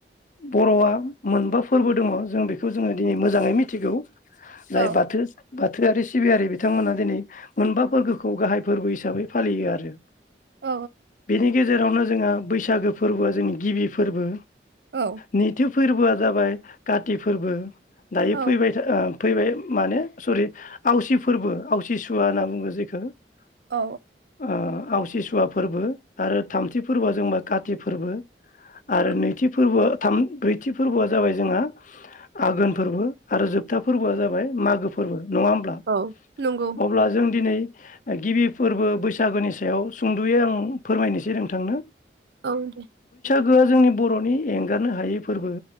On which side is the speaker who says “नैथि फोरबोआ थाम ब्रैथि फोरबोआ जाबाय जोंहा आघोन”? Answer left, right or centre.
Left